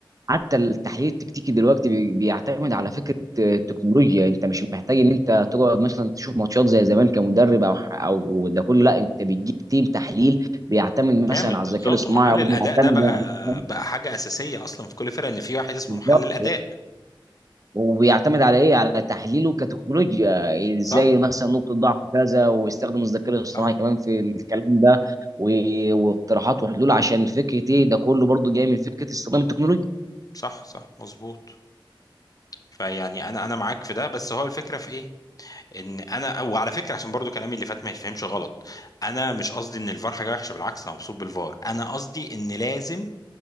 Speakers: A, on the right (about 40°); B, on the left (about 45°).
A: حتى التحليل التكتيكي دلوقتي بي- بيعتمد على فكره التكنولوجيا انت مش محتاج ان انت تقعد مثلا تشوف ماتشات زي زمان كمدرب او او ده كله لا انت بتجيب تيم تحليل بيعتمد
B: كامل
A: مثلا على
B: بالظبط
A: الذكاء الاصطناعي
B: ومحلل
A: وبيعتمد
B: الاداء ده بقى
A: على-
B: بقى حاجه اساسيه اصلا في كل فرقه ان في واحد اسمه
A: <laughs> بالظبط
B: محلل اداء
A: وبيعتمد على ايه على تحليله كتكنولوجيا ازاي
B: صح
A: مثلا نقطه ضعف كذا ويستخدم الذكاء الاصطناعي
B: صح
A: كمان في الكلام ده و- واقتراحات وحلول عشان فكره ايه ده كله برضو جاي من فكره استخدام التكنولوجيا
B: صح صح مظبوط فيعني انا انا معاك في ده بس هو الفكره في ايه ان انا وعلى فكره عشان برضو كلامي اللي فات ما يتفهمش غلط انا مش قصدي ان الفار حاجه وحشه بالعكس انا مبسوط بالفار انا قصدي ان لازم